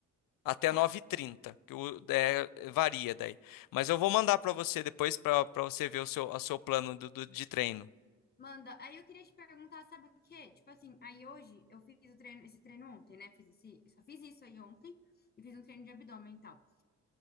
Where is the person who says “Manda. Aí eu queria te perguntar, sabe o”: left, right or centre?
Left